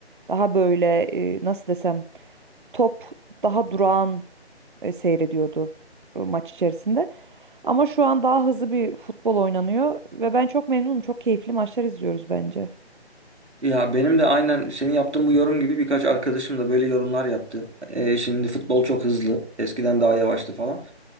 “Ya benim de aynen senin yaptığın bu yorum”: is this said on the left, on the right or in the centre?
Right